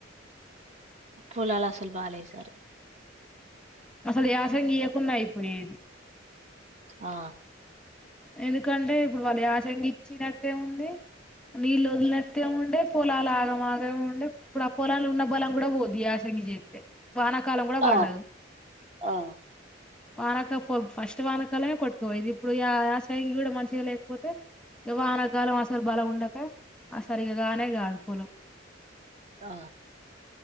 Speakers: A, on the right; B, in the centre.
A: పొలాలు అసలు బాలే ఈ సారి
B: అసలు యాసంగి ఇయకుంన్నాయి ఇప్పుడు ఇది
A: ఆ
B: ఎందుకంటే ఇప్పుడు వాళ్ళ యాసంగి ఇచ్చినట్టే ఉంది నీళ్ళు వదిలినట్టే ఉండే పొలాలు ఆగమాగం ఉండే ఇప్పుడు ఆ పొలాలు ఉన్న బలం కూడా పోద్ది ఆయాసంగి చేస్తే వానాకాలం కూడా పండదు
A: ఆ ఆ
B: వానక ఫస్ట్ వానకాల కొట్టుపోయి ఇప్పుడు యా చైలు కూడా మంచిగా లేకపోతే ఈ వానకాలం ఆసలు బల ఉండక ఆ సరిగానే కాదు పోలం
A: ఆ